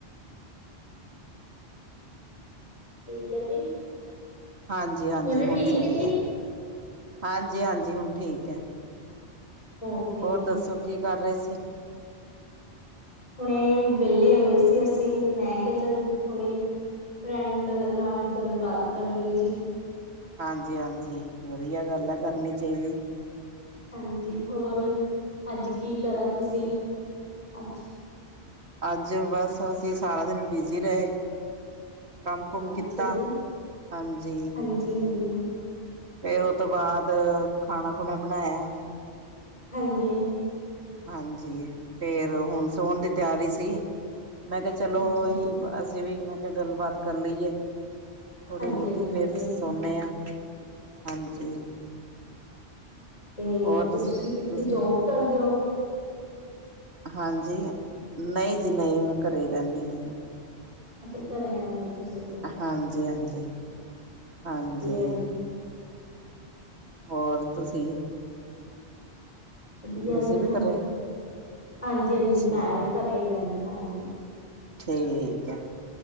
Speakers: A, on the left; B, on the right.
A: ਠੀਕ ਐ ਜੀ।
B: ਹਾਂਜੀ -ਹਾਂਜੀ
A: ਹੁਣੇ
B: ਹੁਣ
A: ਠੀਕ
B: ਸਈ
A: ਹੈ ਜੀ
B: ਆ, ਹਾਂਜੀ -ਹਾਂਜੀ ਹੁਣ ਠੀਕ ਆ।
A: ਓਕੇ
B: ਹੋਰ ਦੱਸੋ
A: ਜੀ
B: ਕੀ ਕਰ ਰਏ ਸੀ?
A: ਹੁਣੇ ਵੇਲੇ ਹੋਏ ਸੀ ਅਸੀਂ, ਮੈਂ ਕੇਆ ਚੱਲ ਥੋੜ੍ਹੀ ਫਰੈਂਡ ਨਾਲ ਗੱਲਬਾਤ ਕਰ ਲਈਏ ਜੀ।
B: ਹਾਂਜੀ- ਹਾਂਜੀ, ਵੱਧੀਆ ਗੱਲ ਆ ਕਰਨੀ ਚਾਈਦੀ।
A: ਹਾਂਜੀ ਹੋਰ ਅੱਜ ਕੀ ਕਰਾ ਤੁਸੀਂ? ਅੱਛਾ
B: ਅੱਜ ਬਸ ਅਸੀਂ ਸਾਰਾ ਦਿਨ ਬਿਜੀ ਰਏ। ਕੰਮ -ਕੁਮ ਕੀਤਾ,
A: ਅੱਛਾ ਜੀ
B: ਹਾਂਜੀ।
A: ਹਾਂਜੀ- ਹਾਂਜੀ।
B: ਫੇਰ ਓਤੋਂ ਬਾਦ ਖਾਣਾ -ਖੁਣਾ ਬਣਾਇਆ।
A: ਹਾਂਜੀ।
B: ਹਾਂਜੀ, ਫੇਰ ਹੁਣ ਸੋਣ ਦੀ ਤਿਆਰੀ ਸੀ। ਮੈਂ ਕੇਆ ਚਲੋ
A: ਅੱਛਾ
B: ਓਹੀ,
A: ਜੀ
B: ਅਸੀਂ ਵੀ ਮੈਂ ਕੇਆ ਗੱਲਬਾਤ ਕਰ ਲਈਏ। ਥੋੜ੍ਹੀ-
A: ਹਾਂਜੀ
B: ਬੋਤੀ,
A: ਹਾਂਜੀ
B: ਫੇਰ
A: ਬਿਲਕੁਲ
B: ਸੋਣੇ ਆ ਹਾਂਜੀ।
A: ਤੇ
B: ਹੋਰ
A: ਤੁਸੀਂ ਕਿੱਥੇ
B: ਤੁਸੀਂ
A: ਜੋਬ ਕਰਦੇ ਓ?
B: ਹਾਂਜੀ, ਨਈ ਜੀ ਨਈ ਮੈਂ ਘਰੇ ਰੈਣੀ ਆ।
A: ਅੱਛਂ ਘਰੇ ਰੈਂਦੇ ਓ ਤੁਸੀਂ।
B: ਹਾਂਜੀ -ਹਾਂਜੀ। ਹਾਂਜੀ
A: ਵੱਧੀਆ ਜੀ।
B: ਹੋਰ ਤੁਸੀਂ?
A: ਵਧੀਆ
B: ਤੁਸੀਂ
A: ਜੀ
B: ਵੀ
A: ਹਾਂ
B: ਘਰੇ
A: ਹਾਂਜੀ-ਹਾਂਜੀ
B: ਅੱਛਾ
A: ਮੈਂ ਵੀ ਘਰੇ ਈ ਰੈਂਦੀ ਹਾਂਜੀ।
B: ਠੀਕ ਐ।